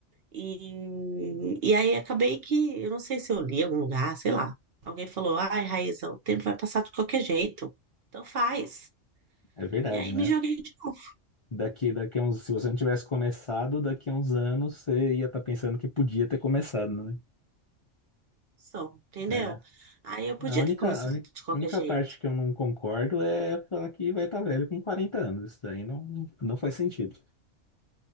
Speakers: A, on the right (about 55°); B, on the left (about 35°).
A: E, e aí acabei que, eu não sei se eu li em algum lugar, sei lá. Alguém falou, ai, Raíssa, o tempo vai passar de qualquer jeito. Então faz.
B: É verdade,
A: E aí
B: né?
A: me joguei de novo,
B: Daqui, daqui a uns, se você não tivesse começado, daqui a uns anos você ia estar pensando que podia ter começado, né?
A: só, entendeu?
B: É.
A: Aí eu podia
B: A única,
A: ter começado
B: a única,
A: de qualquer
B: a única
A: jeito.
B: parte que eu não concordo é falar que vai estar velho com 40 anos. Isso daí não, não faz sentido.